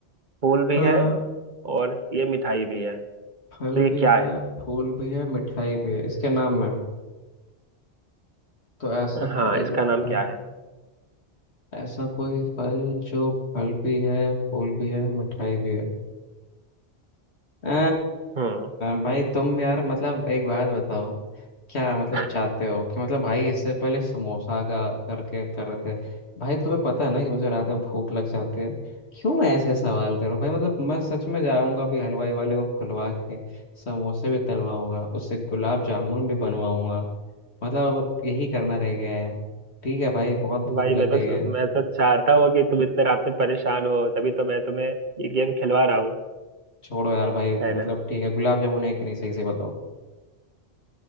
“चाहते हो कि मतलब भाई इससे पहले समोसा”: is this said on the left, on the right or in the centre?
Left